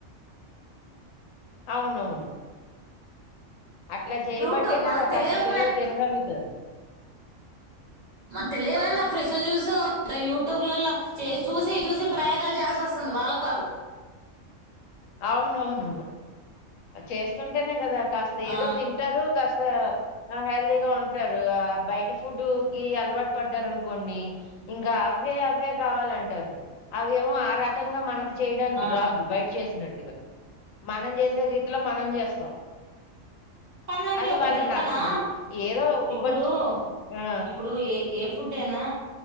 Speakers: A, on the left (about 80°); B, on the right (about 35°).
A: అవునవును. అట్లా చేయబట్టే
B: యూట్యూబ్ మనకు
A: కదా. కాస్త
B: తెలియకపోయినా
A: పిల్లలు తినగలుగుతారు.
B: మనకు తెలియకపోయినా ఫ్రెష్ చూసో యూట్యూబ్లలలో చేసి చూసి ప్రయోగాలు చేయాల్సి వస్తుంది. వాళ్ళ కొరకు.
A: అవునవును చేస్తుంటేనే కదా. కాస్త
B: ఆ
A: ఏదో తింటారు. కాస్త హెల్త్ ఫ్రీగా ఉంటారు. ఆ బయట ఫుడ్ కి అలవాటు పడ్డారు అనుకోండి. ఇంకా అవే అవే కావాలంటారు. అవేమో ఆ రకంగా మనకి చేయడానికి
B: ఆ
A: రాదు. బయట చేసి తిన్నట్టుగా. మనం చేసే రీతిలో మనం చేస్తాం.
B: పన్నండి
A: అది
B: ఒకటి
A: వాళ్ళకి
B: చెప్పనా
A: నచ్చదు ఏదో
B: ఇప్పుడు
A: కొంచెం ఆ
B: ఇప్పుడు ఏ ఏ ఫుడ్ అయినా